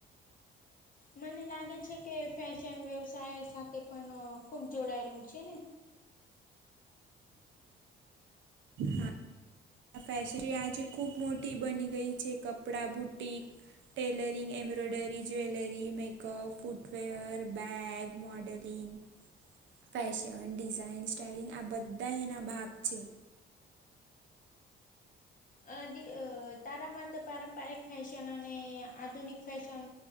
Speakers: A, on the left; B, on the right.
A: મને લાગે છે કે ફેશન વ્યવસાય સાથે પણ ખૂબ જોડાયેલું છે ને?
B: હા. આ ફેેશરી આજે ખૂબ મોટી બની ગઈ છે. કપડાં, boutique tailoring, embroidery, jewellery, makeup, footwear bag modelling fashion, design styling આ બધા એના ભાગ છે.
A: અ દી અ તારા માટે પારંપરિક ફેશન અને આધુનિક ફેશન